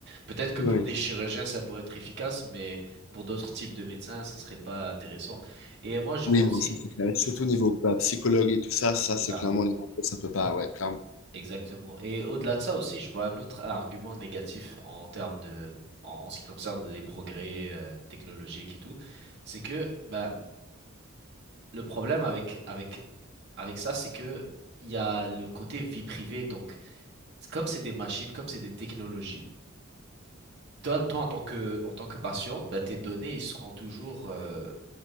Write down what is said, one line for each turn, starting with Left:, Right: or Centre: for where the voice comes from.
Right: peut-être que
Left: Oui,
Right: pour des chirurgiens, ça pourrait être efficace, mais pour d'autres types de médecins, ça serait pas intéressant. Et moi, je
Left: oui,
Right: vois aussi,
Left: non, ça c'est clair. Et Surtout
Right: je-
Left: au niveau bah, psychologue et tout ça, ça
Right: c'est
Left: c'est
Right: ça,
Left: clairement les gros, ça peut pas, ouais, clairement.
Right: exactement. Et au-delà de ça aussi, je vois un autre argument négatif en termes de, en, en ce qui concerne les progrès euh, technologiques et tout, c'est que, bah Le problème avec, avec, avec ça, c'est que il y a le côté vie privée. Donc, comme c'est des machines, comme c'est des technologies, toi, toi en tant que, en tant que patiente, bah, tes données, ils seront toujours, euh,